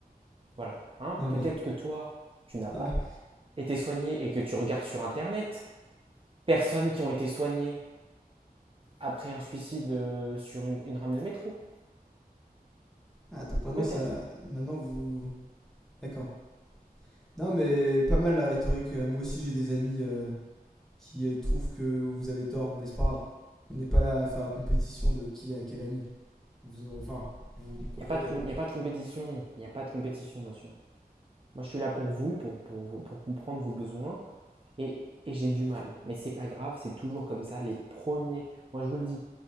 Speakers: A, on the right (about 35°); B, in the centre.
A: Voilà. Hein,
B: Non mais.
A: Peut-être que toi, tu n'as
B: Non
A: pas
B: mais.
A: été soigné et que tu regardes sur Internet personnes qui ont été soignées après un suicide euh, sur une, une rame de métro.
B: Ah, donc maintenant,
A: Peut-être.
B: ça. Maintenant, vous. D'accord. Non, mais pas mal la rhétorique. Euh, Moi aussi, j'ai des amis euh, qui euh, trouvent que vous avez tort, mais c'est pas grave. On n'est pas là à faire la compétition de qui a quel ami. Vous aurez- Enfin, vous me comprenez.
A: Il n'y a, pas de com- y a pas de compétition. Il n'y a pas de compétition, monsieur. Moi, je suis là pour vous, pour, pour, pour comprendre vos besoins. Et, et j'ai du mal. Mais c'est pas grave, c'est toujours comme ça. Les premiers. Moi, je vous le dis,